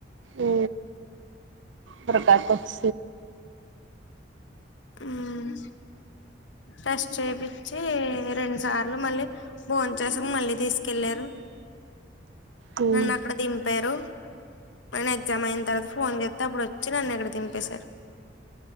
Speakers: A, on the right (about 75°); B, on the left (about 75°).
A: ఉ పర గకచ్
B: ఉమ్ ఫస్ట్ ఏపిచ్చీ రెండు సార్లు మళ్ళీ భోన్ చేసి మళ్ళీ తీస్కెళ్ళారు
A: హ్మ్
B: నన్ను అక్కడ దింపారూ నేను ఎగ్జామ్ అయిన్ తర్వాత ఫోన్ జేస్తే అప్పుడు ఒచ్చి నన్నుక్కడ దింపేశారు